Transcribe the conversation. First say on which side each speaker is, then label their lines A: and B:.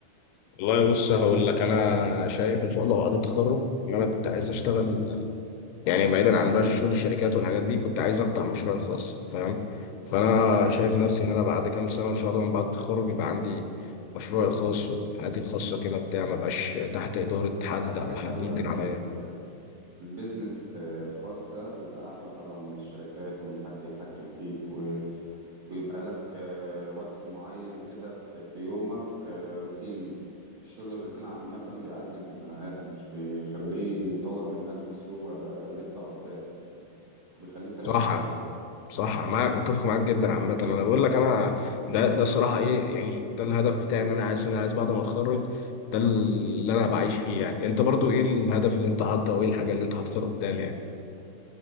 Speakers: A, on the left; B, on the right.
A: والله بص هقول لك انا شايف ان شاء الله بعد التخرج ان انا كنت عايز اشتغل يعني بعيدا عن بقى شغل الشركات والحاجات دي كنت عايز افتح مشروع خاص فاهم فانا شايف
B: مم.
A: نفسي ان انا بعد كام سنه ان شاء الله من بعد التخرج يبقى عندي مشروعي الخاص وحياتي الخاصه كده بتاع ما بقاش تحت اداره حد
B: ده حاجة
A: او
B: حلوة
A: حد مدير عليا
B: ال... البيزنس آه، الخاص ده بيبقى احلى طبعا من الشركات وان حد يتحكم فيك و... ويبقى لك آه، وقت معين كده في... في يومك آه، روتيني الشغل الروتين عامة بيعجز البني آدم مش بيخليه يطور من نفسه ولا يطلع قدام وبيخليه ثابت
A: صراحه
B: مكانه
A: صح انا معاك متفق معاك جدا عامه انا بقول لك انا ده ده الصراحه ايه يعني ده الهدف بتاعي ان انا عايز ان انا عايز بعد ما اتخرج ده اللي انا بعيش فيه يعني انت برضو ايه الهدف اللي انت حاطه وايه الحاجه اللي انت حاططها قدام يعني